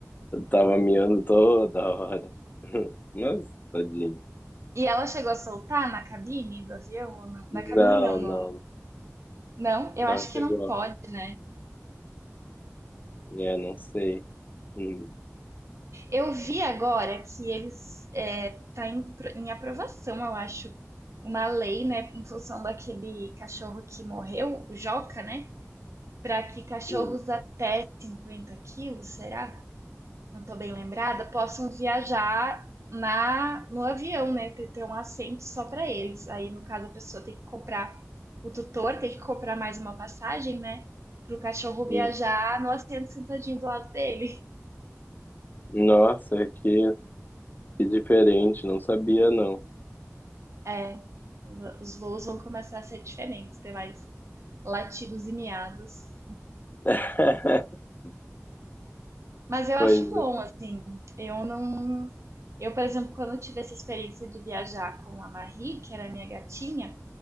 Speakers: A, on the left (about 35°); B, on the right (about 60°).
A: tava miando toda hora. <laughs> Mas, tadinho.
B: E ela chegou a soltar na cabine do avião? ou não? Na cabine
A: Não,
B: não, no...
A: não,
B: Não, eu
A: Não
B: acho
A: chegou.
B: que não pode, né?
A: É, não sei. Hum,
B: Eu vi agora que eles é, tá em, em aprovação, eu acho, uma lei, né, em função daquele cachorro que morreu, o Joca, né? Pra que cachorros
A: hum,
B: até 50 quilos, será? não estou bem lembrada, possam viajar na no avião, né? Ter, ter um assento só para eles. Aí, no caso, a pessoa tem que comprar, o tutor tem que comprar mais uma passagem, né? Para o cachorro viajar
A: hum.
B: no assento sentadinho do lado dele.
A: Nossa, que, que diferente, não sabia não.
B: É, os voos vão começar a ser diferentes, ter mais latidos e miados.
A: <laughs>
B: Mas eu acho
A: Pois,
B: bom, assim. Eu não. Eu, por exemplo, quando eu tive essa experiência de viajar com a Marie, que era a minha gatinha,